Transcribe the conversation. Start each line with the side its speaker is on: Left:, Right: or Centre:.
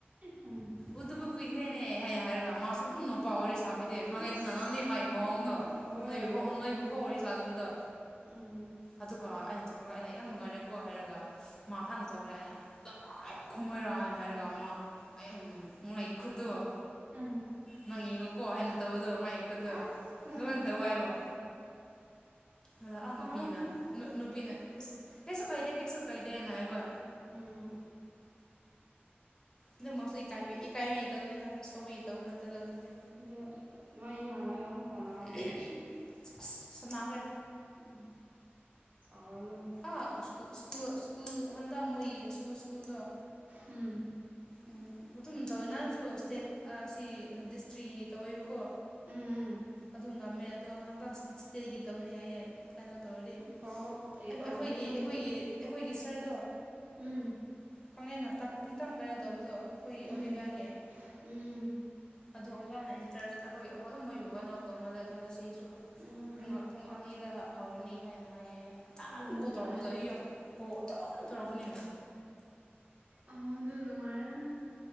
Right: ꯎꯝ
Left: ꯎꯗꯕ ꯀꯨꯏꯈ꯭ꯔꯦꯅꯦ ꯍꯥꯏ ꯍꯥꯏꯔꯒ ꯃꯥꯁꯨ ꯑꯗꯨꯝ ꯅꯨꯄꯥ ꯋꯥꯔꯤ ꯁꯥꯕꯤ ꯑꯦ ꯈꯪꯉꯦꯗꯅ
Right: ꯑꯁ
Left: ꯅꯪꯗꯤ ꯃꯥꯒꯤ ꯃꯑꯣꯡꯗꯣ
Right: ꯎꯝ ꯍꯣꯏ
Left: ꯅꯣꯏꯕꯨꯕꫭꯛ ꯅꯣꯏ ꯕꯨꯕꫭꯛ ꯋꯥꯔꯤ ꯁꯥꯗꯕꯗꯣ
Right: ꯎꯝ
Left: ꯑꯗꯨꯒ ꯑꯩꯅ ꯊꯣꯛꯂꯑꯦꯅꯦ ꯌꯥꯝ ꯅꯨꯡꯉꯥꯏꯔꯦꯀꯣ ꯍꯥꯏꯔꯒ ꯃꯥ ꯍꯥꯟꯅ ꯊꯣꯛꯈ꯭ꯔꯦ ꯑꯩꯅ <unintelligible> ꯈꯨꯝꯃꯣꯏꯔ ꯍꯥꯏꯅ ꯍꯥꯏꯔꯒ ꯃꯥ ꯑ ꯑꯦꯝ ꯃꯥꯏ ꯈꯨꯨꯠꯗꫭ
Right: ꯍꯝ ꯍꯝ
Left: ꯃꯥꯏ ꯌꯦꯡꯉꯨꯀꯣ ꯍꯥꯏꯅ ꯇꯧꯕꯗꫭ ꯃꯥꯏ ꯑꯦꯛ
Right: ꯑꯁ ꯎꯝ
Left: <unintelligible> ꯋꯥꯏꯑꯣꯑ ꯑꯗꯨ ꯑ
Right: ꯁꯥꯎꯔꯝꯅꯤ
Left: ꯅꯨꯄꯤꯅ ꯅꯨ ꯅꯨꯄꯤꯅ ꯏꯁ ꯀꯩꯁꯨ ꯀꯥꯏꯗꯦ ꯀꯩꯁꯨ ꯀꯥꯏꯗꯦ ꯅ ꯍꯥꯏꯕ
Right: ꯎꯝ
Left: ꯑꯗꯨꯃꯛꯁꯨ ꯏꯀꯥꯏꯕꯤ ꯏꯀꯥꯏꯕꯤꯗꯕꯅꯤꯗ ꯁꯥꯎꯕꯥꯒꯤ‌ ꯇꯧꯕ ꯅꯠꯇꯦꯗ ꯑꯗꯨꯗꯤ
Right: ꯑꯗꫭ ꯃꯥ ꯌꯨꯝ ꯍꯂꯒ ꯑꯃꯨꯛ ꯐꯥꯎꯅꯔꯕ꯭ꯔꯣ
Left: <unintelligible> ꯑꯁ ꯁꯥꯟꯅꯈ꯭ꯔꯦ
Right: ꯎꯝ ꯆꯥꯎꯔꯝꯃꫭꯏ
Left: ꯑ ꯁ꯭ꯀꯨꯜ ꯁ꯭ꯀꯨꯜ ꯁ꯭ꯀꯨꯜ ꯍꯟꯗꯛ ꯃꯣꯏꯒꯤ ꯁ꯭ꯀꯨꯜ ꯁ꯭ꯀꯨꯜꯗꯣ
Right: ꯎꯝ
Left: ꯎꯝ ꯑꯗꯨꯝ ꯇꯧꯋꯦ ꯅꯍꯥꯟꯁꯨ ꯏꯁꯇꯦꯠ ꯑꯁꯤ ꯗꯤꯁꯇ꯭ꯔꯤꯒꯤ ꯇꯧꯋꯦꯕꯀꯣ
Right: ꯎꯝ ꯎꯝ
Left: ꯑꯗꯨꯝ ꯉꯝꯃꯦ ꯑꯗꯣ ꯍꯟꯗꯛ ꯏꯁꯇꯦꯒꯤ ꯇꯧꯒꯅꯤ ꯍꯥꯏꯌꯦ ꯀꯟꯅ ꯇꯧꯔꯗꯤ
Right: <unintelligible>
Left: ꯑꯩꯈꯣꯏ
Right: ꯇꯧꯗ꯭ꯔꯤꯀꯣ
Left: ꯑꯩꯈꯣꯏꯒꯤ ꯑꯩꯈꯣꯏꯒꯤ
Right: ꯑꯗꯨꯕꯨ
Left: ꯑꯩꯈꯣꯏꯒꯤ ꯁꯥꯔꯗꯣ
Right: ꯎꯝ
Left: ꯈꯪꯉꯦꯅ ꯇꯞ ꯈꯤꯇꯪ ꯕꯦꯔꯥ ꯇꯧꯕꯗꯣ ꯑꯩꯈꯣꯏꯒꯤ
Right: ꯎꯝ
Left: ꯑꯣꯂꯤꯕꯤꯌꯥꯒꯤ
Right: ꯎꯝ
Left: ꯑꯗꯨ ꯑꯣꯖꯥꯅ ꯏꯟꯆꯥꯔꯁ ꯑꯩꯈꯣꯏ ꯑꯗꯨꯝ ꯃꯣꯏꯕꯨ ꯀꯩꯅꫭ ꯇꯧꯃꯜꯂꯦ ꯑꯗꯨ ꯉꯁꯤ
Right: ꯑꯣ
Left: ꯄꯨꯡ ꯄꯨꯡ ꯑꯅꯤꯗ ꯍꯧꯔꯅꯤ ꯍꯥꯏꯅ ꯍꯥꯏꯌꯦꯌꯦ ꯇꯅ
Right: ꯑꯣ ꯅꯨꯡꯉꯥꯏ
Left: ꯀꯣꯜ ꯇꯧꯔꯛꯄꯗꯣ
Right: ꯑꯗꯨ
Left: ꯑꯩ ꯌꯥꯝ ꯀꯣꯜ ꯑꯗꯨꯝ ꯇꯧꯔꯛꯀꯅꯤ
Right: ꯑ ꯑꯗꯨ ꯅꯨꯡꯉꯥꯏꯌꯦ